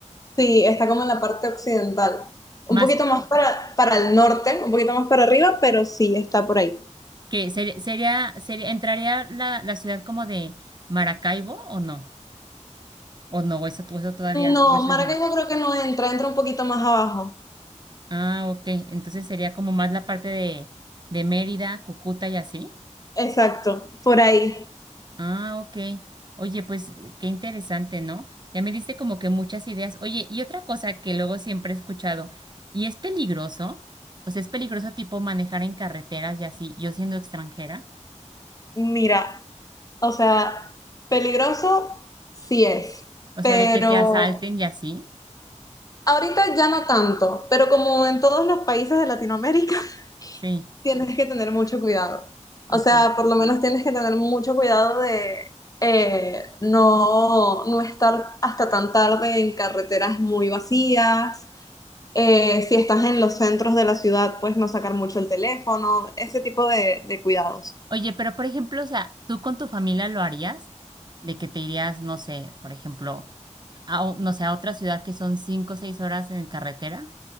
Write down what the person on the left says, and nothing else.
Sí, está como en la parte occidental. Un
poquito más para, para el norte, un poquito más para arriba, pero sí, está por ahí.
No,
Maracaibo
creo que no entra, entra un poquito más abajo.
Exacto, por ahí.
Mira. O sea, peligroso sí es,
pero
ahorita ya no tanto, pero como en todos los países de Latinoamérica, <laughs>
tienes que tener mucho cuidado. O
sea, por lo menos tienes que tener mucho cuidado de eh, no, no estar hasta tan tarde en carreteras muy vacías. Eh, si estás en los centros de la ciudad, pues no sacar mucho el teléfono, ese tipo de de cuidados.